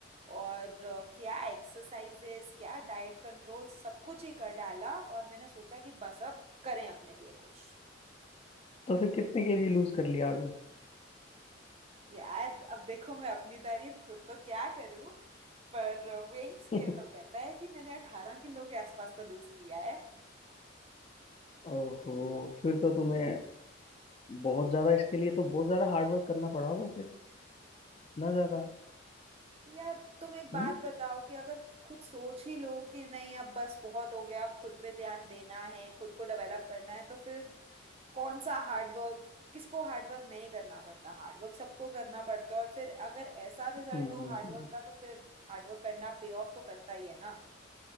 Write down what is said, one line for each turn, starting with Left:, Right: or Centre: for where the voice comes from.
Right: और अ, क्या एक्सरसाइजेस क्या डाइट कंट्रोल सब कुछ ही कर डाला और मैंने सोचा कि बस अब करें अपने लिए कुछ
Left: तो फिर कितने केजी लूज कर लिया अभी
Right: यार अब देखो मैं अपनी तारीफ खुद तो क्या करूं पर वेइंग स्केल
Left: <laughs>
Right: तो कहता है कि मैंने अठारह किलो के आसपास तो लूज किया है
Left: ओहो फिर तो तुम्हें बहुत ज्यादा इसके लिए तो बहुत ज्यादा हार्ड वर्क करना पड़ा होगा फिर इतना ज्यादा
Right: यार तुम एक बात
Left: हम्म
Right: बताओ कि अगर खुद सोच ही लो कि नहीं अब बस बहुत हो गया अब खुद पे ध्यान देना है खुद को डेवलप करना है तो फिर कौन सा हार्डवर्क किसको हार्डवर्क नहीं करना पड़ता हार्डवर्क सबको करना पड़ता है और फिर अगर ऐसा रिजल्ट
Left: हम्म
Right: हो
Left: हम्म,
Right: हार्डवर्क
Left: हम्म।
Right: का तो फिर हार्डवर्क करना पे ऑफ तो करता ही है ना